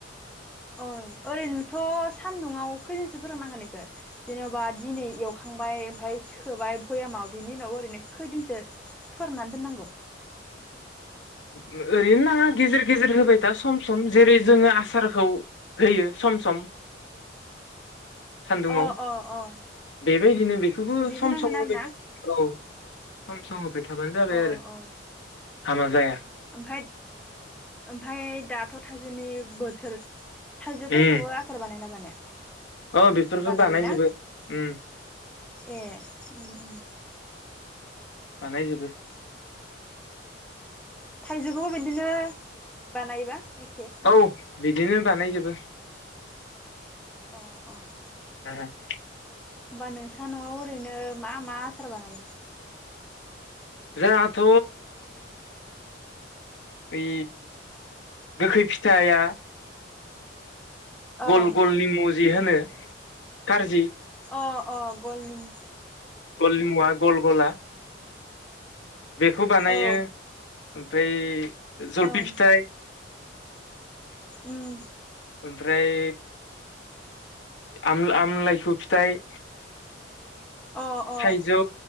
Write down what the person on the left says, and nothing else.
ओ ओरैनो नाङा गेजेर गेजेर होबाय था सम सम जेरै जोङो आसारखौ होयो सम सम। सान्दुङाव
बेबायदिनो बेखौबो
सम
सम
होबाय
था औ। सम सम थाबानो जाबाय
आरो।
हामा जाया।
उम
औ बेफोरखौ
बानायजोबो उम
बानायजोबो।
औ। बिदिनो बानायजोबो।
<unintelligible>
जाहाथ' ओइ गोखै फिथाइया
गल गल निमु जि होनो खारजि
गल निमुवा गल गला बेखौ बानायो।
फ्राय जलपि
फिथाइ,
ओमफ्राय आम-आमलाइखु फिथाइ,
थाइजौ,